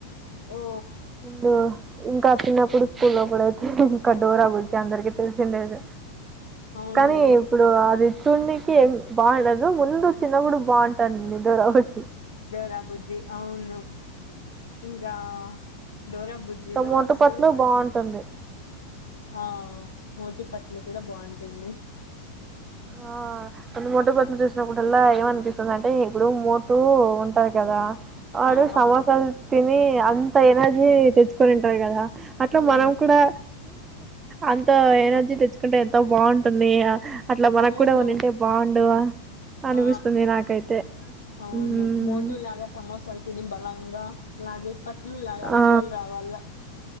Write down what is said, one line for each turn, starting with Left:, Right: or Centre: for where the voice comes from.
Left: ఓ
Right: ధో ఇంకా చిన్నప్పుడు స్కూ లో కూడా అయితే ఇంకా డోరా గుంచిి అందరికి తెలిసిండేది
Left: అవునులే
Right: కానీ ఇప్పుడు అది చూన్నకి బా ఇడదు ముందు చిన్న గుుడు బా ఉంటా న ఇది రచ్చ
Left: రా బుజ్జి అవును హింగా డోరా బుజ్జిలో
Right: ఇంకా మోటు
Left: అస్సలు
Right: పత్లు బాగుంటుంది
Left: ఆ మోటు పతులు కూడా బాగుంటుంది
Right: ఆ అంటే మొట పొతుం చూసినప్పుడల్లా ఏమనిపిస్తుంది అంటే ఇప్పుడు మోటు ఉంటారు కదా అరు
Left: ఆ
Right: సమోసాలు
Left: ఆ
Right: తిని అంత ఎనర్జీ తెచ్చుకోనింటారు కదా అట్లా
Left: ఉమ్
Right: మనం
Left: ఉమ్
Right: కూడా అంత ఎనర్జీ తెచ్చుకుంటే ఎంత బాగుంటుంది అట్లా మనకు
Left: అవును
Right: కూడా ఉంటే బాగుండువా అనిపిస్తుంది
Left: ఆ
Right: నాకైతే
Left: అవును
Right: ఉమ్
Left: మోటలాగా సమోస అల్తని బల గ లాగే పతులు లాగ ఐడియాలు
Right: ఆ
Left: రావాల